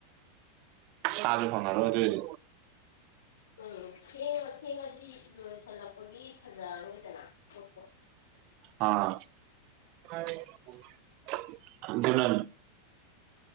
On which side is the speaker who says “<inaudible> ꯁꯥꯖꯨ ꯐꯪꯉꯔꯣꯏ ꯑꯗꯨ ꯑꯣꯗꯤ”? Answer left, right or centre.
Right